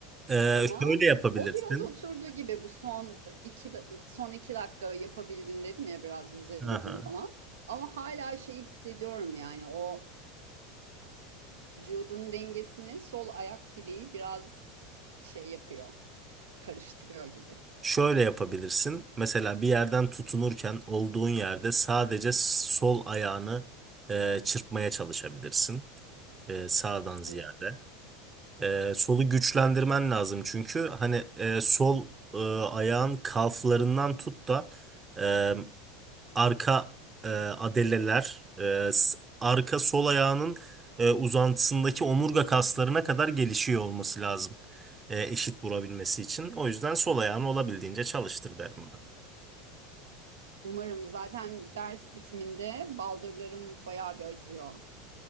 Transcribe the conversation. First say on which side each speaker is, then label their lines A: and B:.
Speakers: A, on the right; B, on the right.
A: Ee,
B: Ama
A: şöyle yapabilirsin.
B: o biraz oturdu gibi bu son iki, da- son iki dakika yapabildim dedim ya biraz yüzebildim
A: Aha.
B: falan. Ama hala şeyi hissediyorum yani o vücudun dengesini sol ayak bileği biraz şey yapıyor, karıştırıyor gibi.
A: Şöyle yapabilirsin. Mesela bir yerden tutunurken olduğun yerde sadece sol ayağını e, çırpmaya çalışabilirsin. E, sağdan ziyade.
B: Evet.
A: Ee, solu güçlendirmen lazım çünkü hani e, sol e, ayağın kalflarından tut da e, arka e, adeleler, e, s- arka sol ayağının e, uzantısındaki omurga kaslarına kadar gelişiyor olması lazım e, eşit vurabilmesi için. O yüzden sol ayağını olabildiğince çalıştır derim ben.
B: Umarım zaten ders bitiminde baldırlarım bayağı bir acıyor.